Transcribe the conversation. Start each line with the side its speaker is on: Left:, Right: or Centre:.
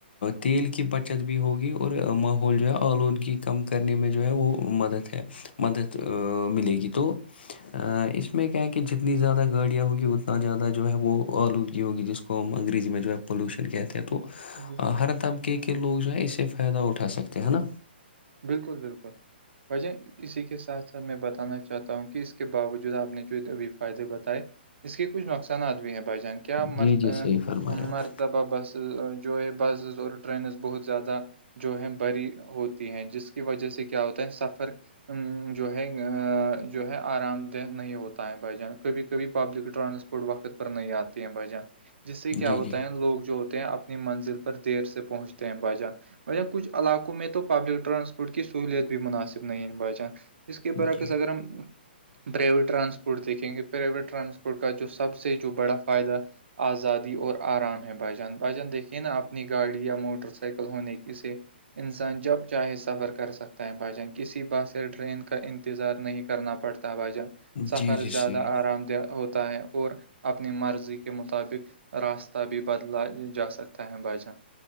Left: تیل کی بچت بھی ہوگی اور ماحول جو ہے آلودگی کم کرنے میں جو ہے وہ مدد ہے مدد ملے گی تو اس میں کیا ہے کہ جتنی زیادہ گاڑیاں ہوگی اتنا زیادہ جو ہے وہ آلودگی ہوگی جس کو ہم انگریزی میں جو ہے پلیوشن کہتے ہیں تو
Right: بالکل
Left: ہر
Right: بالکل
Left: طبقے کے لوگ جو ہے اس سے فائدہ اٹھا سکتے ہیں
Right: بالکل
Left: نا
Right: بالکل بالکل وجہ اسی کے ساتھ ساتھ میں بتانا چاہ چاہتا ہوں کہ اس کے باوجود آپ نے جو ابھی فائدے بتائے اس کے کچھ نقصانات بھی ہیں بھائی جان کے کیا
Left: جی
Right: مرد
Left: جی صحیح فرما رہے آپ
Right: مرد طبح بسز جو ہے بسز اور رینز بہت زیادہ جو ہے بری ہوتی ہے جس کی وجہ سے کیا ہوتا ہے سفر جو ہے جو ہے آرام دہ نہیں ہوتا ہے بھائی جان کبھی کبھی پبلک ٹرانسپورٹ پوڈ وقت پر ن د تیںم وجہ جس سے کیا
Left: جی
Right: ہوتا
Left: جی
Right: ہے لوگ جو ہوتے ہیں اپنی منزل پر دیر سے پہنچتے ہیں بجان بہ کچھ علاقوں میں تو پبلک ٹرانسپورٹ کی سہولیت بھی مناسب نہیں ہے بھچان اس کے برعکس
Left: جی
Right: اگر ہم پرائیویٹ ٹرانسپورٹ دیکھیں گے پرائیویٹ ٹرانسپورٹ کا جو سب سے جو بڑا فائدہ آزادی اور آرام ہے بھجان بھجان دیکھیے نا اپنی گاڑی یا موٹر سائیکل ہونے کی سے انسان جب چاہے سفر کر سکتا ہے بھائی جان کسی بات سے ٹرین کا انتظار نہیں کرنا پڑتا بھائی جان سفر
Left: جی جی
Right: زیادہ
Left: صحیح
Right: آرام دہ ہوتا ہے اور اپنی مرضی کے مطابق راستہ بھی بدلا جا سکتا ہے بجان